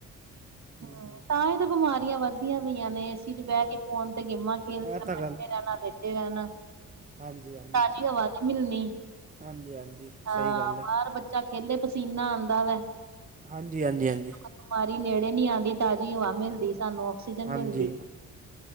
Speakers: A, on the right; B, on the right.
A: ਹੂੰ
B: ਹਮ,
A: ਹੂੰ
B: ਤਾਂ ਈ ਤਾਂ ਬਿਮਾਰੀਆਂ ਵੱਧਦੀਆਂ ਪਈਆਂ ਨੇ ਚ ਬਹਿ
A: ਅ
B: ਕੇ ਫੋਨ ਤੇ ਗੇਮਾਂ ਖੇਲਣਾ,
A: ਇਹ ਤਾਂ
B: ਬੈਠੇ ਰਹਿਣਾ ਦੇੇ ਰਹਿਣਾ
A: ਹਾਂ ਜੀ ਹਾਂ
B: ਤਾਜ਼ੀ ਹਵਾ ਨੀ ਮਿਲਣੀ
A: ਹਾਂਜੀ ਹਾਂਜੀ
B: ਹਾਂ
A: ਸਹੀ ਗੱਲ ਹੈ
B: ਬਾਹਰ ਬੱਚਾ ਖੇਲੇ ਪਸੀਨਾ ਆਂਦਾ ਵਾ
A: ਹਾਂਜੀ ਹਾਂਜੀ ਹਾਂਜੀ
B: ਬਿਮਾਰੀ ਨੇੜੇ ਨਹੀਂ ਆਂਦੀ, ਤਾਜ਼ੀ ਹਵਾ ਮਿਲਦੀ, ਸਾਨੂੰ ਆਕਸੀਜਨ
A: ਹਾਂਜੀ
B: ਮਿਲਦੀ